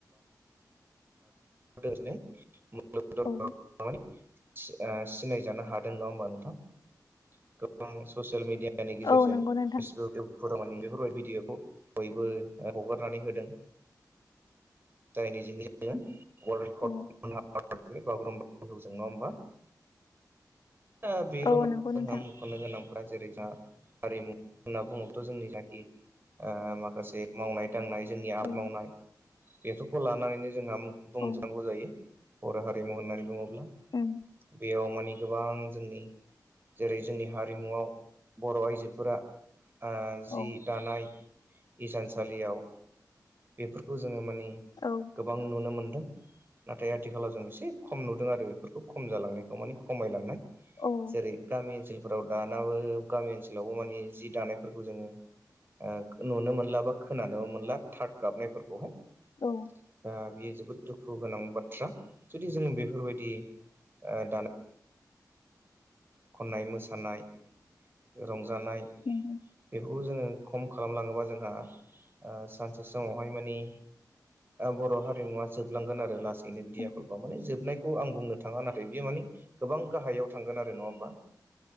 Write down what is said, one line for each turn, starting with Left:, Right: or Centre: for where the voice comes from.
Right: गाखो गासिनो मुलुग दरबाराव
Left: औ
Right: <unintelligible> थार मानि सि <unintelligible> ओ सिनायजानो हादों नङा होमबा नोंथां गोबां ससियेल मिडिया यानि गेजेरजों
Left: औ नंगौ नोंथां
Right: फेसबुक इउतुबफोराव माने बेफोरबायदि भिडिअखौ बयबो हगारनानै होदों जायनि जोहै जोङो वर्ल्ड रेकर्ड
Left: औ
Right: मोन बागुरुम्बा दोहौजों नङा होमबा <unintelligible> आ बेल
Left: औ
Right: नङा
Left: नंगौ नोंथां
Right: <unintelligible> खनो गोनांफोरा जेरै जोंहा हारिमु होनना बुङोबथ' जोंनि जाखि आ माखासे मावनाय दांनाय जोंनि आबाद
Left: औ
Right: मावनाय बेफोरखौ लानानैनो जोंहा बुंजानांगौ
Left: औ
Right: जायो बर' हारिमु होननानै बुङोब्ला
Left: उम
Right: बेयाव मानि गोबां जोंनि जेरै जोंनि हारिमुआव बर' आइजोफोरा आ
Left: औ
Right: जि दानाय इसानसालियाव बेफोरखौ जोङो मानि
Left: औ
Right: गोबां नुनो मोनदों नाथाय आथिखालाव जों एसे खम नुदों आरो बेफोरखौ खम जालांनायखौ मानि खमायलांनाय
Left: औ
Right: जेरै गामि ओनसोलफोराव दानाबो गामि ओनसोलावबो माने जि दानायफोरखौ जोङो ओ नुनो मोनला बा खोनानो मोनला थार गाबनायफोरखौहाय
Left: औ
Right: ओ दा बियो जोबोद दुखु गोनां बाथ्रा जुदि जों बेफोरबायदि ओ दा खननाय मोसानाय रंजानाय
Left: उम उम
Right: बेफोरखौ जोङो खम खालामलाङोबा जोंहा सानसे समावहाय मानि बर' हारिमुवा जोबलांगोन आरो लासै नो बिदि
Left: औ
Right: आखल बा माने जोबनायखौ आं बुंनो थाङा नाथाय बियो माने गोबां गाहायाव थांगोन आरो नङा होमबा